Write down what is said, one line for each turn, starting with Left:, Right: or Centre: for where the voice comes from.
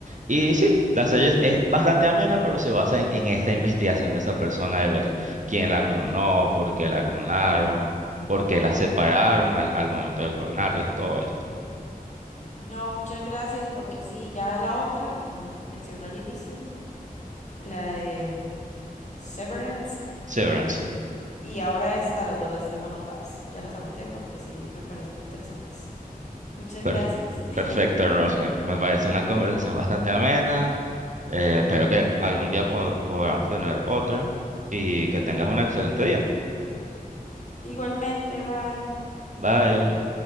Right: Y sí, la serie es, es bastante amena, pero se basa en, en esta investigación de esa persona de ver quién la clonó, por qué la clonaron, por qué la separaron al, al momento de clonarlas, todo esto.
Left: No, muchas gracias, porque sí, ya la otra, la que me men- mencionó al inicio, la de mm, Severance,
Right: Severance, sí.
Left: y ahora esta, las dos las tengo anotadas. Ya las anoté porque sí me parecen interesantes. Muchas
Right: Per-
Left: gracias. <laughs>
Right: perfecto, Rose. Me, me parece una conversación bastante amena. Eh, espero que algún día po- podamos tener otra y que tengas un excelente día.
Left: Igualmente, bye.
Right: Bye.